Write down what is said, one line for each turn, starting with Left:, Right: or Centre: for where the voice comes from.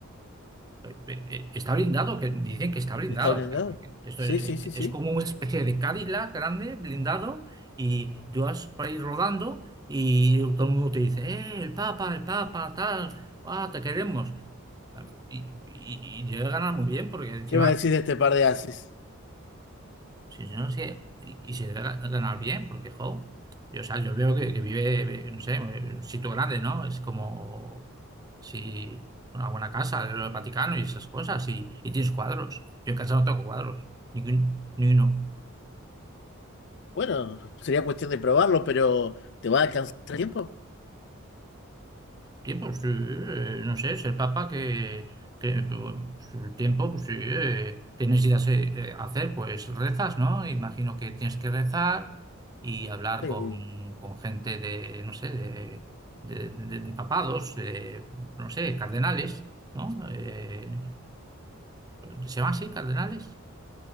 Right: eh, eh, Está blindado, que dicen que está blindado.
Left: ¿está blindado?
Right: o sea, que esto
Left: Sí,
Right: es,
Left: sí, sí, sí.
Right: es como una especie de Cadillac grande, blindado, y tú vas para ir rodando y todo el mundo te dice, eh, el Papa, el Papa, tal, ah, te queremos. Claro, Y, y, y llegan a ganar muy bien, porque encima
Left: ¿Qué me decís de este par de ases?
Right: Sí, sí, no, es que- y, y se debe ga- ganar bien, porque, jo, yo, o sea, yo veo que, que vive, ve- no sé, eh, en un sitio grande, ¿no? Es como si una buena casa, el Vaticano y esas cosas, y, y tienes cuadros. Yo en casa no tengo cuadros, ni, un- ni uno.
Left: Bueno, sería cuestión de probarlo, pero ¿te va a alcanzar el tiempo?
Right: Tiempo, sí, eh, no sé, es el Papa que, que pues, el tiempo, pues sí, eh, tienes ideas eh, eh, hacer, pues rezas, ¿no? Imagino que tienes que rezar y hablar
Left: Sí.
Right: con, con gente de, no sé, de, de, de- de papados, eh, no sé, cardenales, ¿no? Eh, ¿se llama así, cardenales?